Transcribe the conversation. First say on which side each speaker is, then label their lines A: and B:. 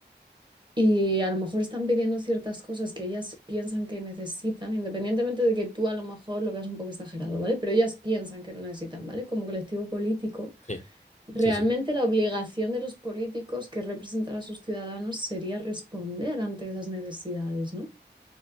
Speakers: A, on the right; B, on the left.
A: y a lo mejor están pidiendo ciertas cosas que ellas piensan que necesitan, independientemente de que tú a lo mejor lo veas un poco exagerado, ¿vale? Pero ellas piensan que lo necesitan, ¿vale? Como colectivo político.
B: Sí,
A: Realmente
B: sí, sí.
A: la obligación de los políticos que representan a sus ciudadanos sería responder ante esas necesidades, ¿no?